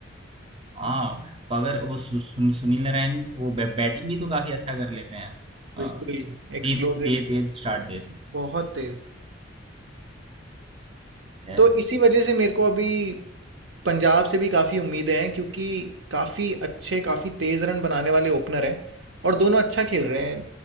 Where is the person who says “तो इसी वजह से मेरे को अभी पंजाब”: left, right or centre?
Right